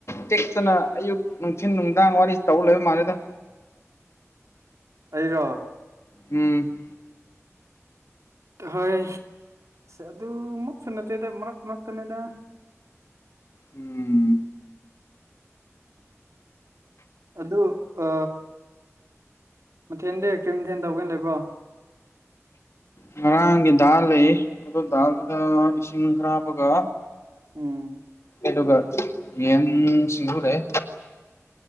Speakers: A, on the left; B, on the right.
A: ꯇꯦꯛꯇꯅ ꯑꯌꯨꯛ ꯅꯨꯡꯊꯤꯟ ꯅꯨꯡꯗꯥꯡ ꯋꯥꯔꯤ ꯇꯧ ꯂꯩꯕ ꯃꯥꯜꯂꯦꯗ
B: ꯑꯩꯔꯣ
A: ꯎꯝ
B: ꯍꯣꯏ ꯑꯗꯨ ꯃꯛꯁꯨ ꯅꯠꯇꯦꯗ ꯃꯔꯛ ꯃꯔꯛꯇꯅꯦꯗ
A: ꯎꯝ
B: ꯑꯗꯨ ꯑ ꯃꯊꯦꯜꯗꯤ ꯀ꯭ꯔꯤ ꯃꯊꯦꯜ ꯇꯧꯒꯦꯅ ꯂꯩꯕ꯭ꯔꯣ
A: ꯉꯔꯥꯡꯒꯤ ꯗꯥꯜ ꯂꯩꯌꯦ ꯑꯗꯨ ꯗꯥꯜꯗꯨꯗ ꯏꯁꯤꯡ ꯈꯔ ꯍꯥꯞꯄꯒ
B: ꯎꯝ
A: ꯑꯗꯨꯒ ꯌꯦꯟ ꯁꯤꯡꯖꯨ ꯂꯩ